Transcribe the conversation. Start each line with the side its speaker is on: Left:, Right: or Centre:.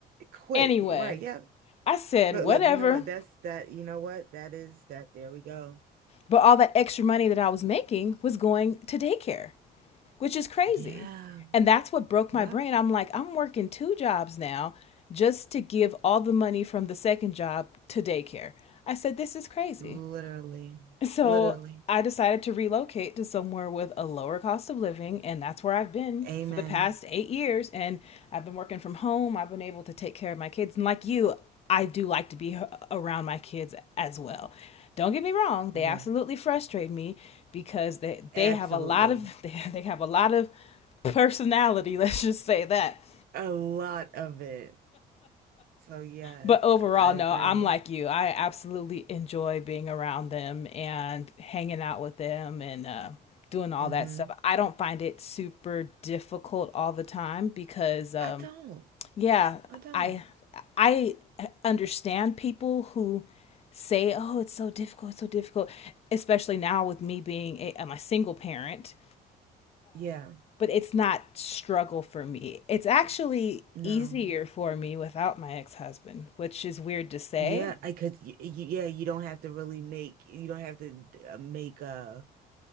Right: Quick.
Left: Anyway,
Right: Right. Yeah.
Left: I said,
Right: Look,
Left: whatever.
Right: look, you know what? That's that. You know what? That is that. There we go.
Left: But all that extra money that I was making was going to daycare, which is crazy.
Right: Yeah.
Left: And that's what broke
Right: Yep.
Left: my brain. I'm like, I'm working two jobs now just to give all the money from the second job to daycare. I said, this is crazy.
Right: Literally.
Left: So
Right: Literally.
Left: I decided to relocate to somewhere with a lower cost of living, and that's where I've been
Right: Amen.
Left: for the past eight years. And I've been working from home. I've been able to take care of my kids, and like you, I do like to be around my kids as well. Don't get me wrong; they
Right: Yeah.
Left: absolutely frustrate me because they they
Right: Absolutely.
Left: have a lot of <laughs> they have a lot of personality. <laughs> Let's just say that.
Right: A lot of it. So yes,
Left: but overall,
Right: I agree.
Left: no, I'm like you. I absolutely enjoy being around them and hanging out with them and uh, doing all
Right: Mm-hmm.
Left: that stuff. I don't find it super difficult all the time because, um,
Right: I don't.
Left: yeah,
Right: I don't.
Left: I I understand people who say, "Oh, it's so difficult, it's so difficult," especially now with me being a, I'm a single parent
Right: Yeah.
Left: but it's not struggle for me. It's actually
Right: No.
Left: easier for me without my ex-husband, which is weird to say.
Right: Yeah, I could. y- y- Yeah, you don't have to really make. You don't have to uh, make a.